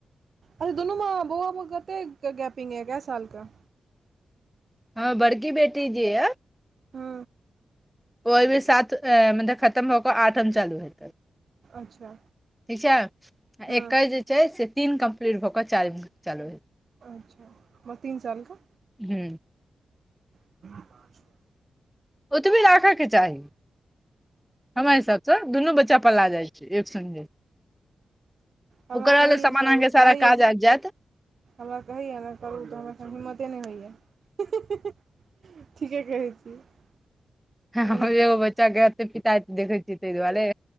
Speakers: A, on the right; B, in the centre.
A: अभी दुनू म बौआ मे कते गैपिंग य केय साल का
B: हमर बड़की बेटी जे य
A: हँ
B: ओहि भी सात मतलब खतम हो कऽ आठम चालू हेतै।
A: अच्छा
B: ठीक छै
A: हँ
B: एकर जे छै से तीन कम्प्लीट भऽ कऽ चारीम चलू हय
A: अच्छा तीन साल कऽ
B: हुँ
A: <inaudible>
B: ओतबे राखऽ केँ चाही। हमरा हिसाबसँ दुनू बच्चा पलाय जाइ छै एक सगे।
A: हमरा
B: ओकरा
A: कहैया
B: लऽ सामान
A: सब
B: अहाँकेँ
A: कहैया
B: सारा काज आइब जैत
A: हमरा कहैय नऽ करू तऽ हमरा हिम्मते नय होइय ठीके कहै छी नहि
B: ह ह हमरो
A: हिम्मत
B: एगो
A: होइया
B: बच्चा छै एते पिता देखै छियै तय दुआरे।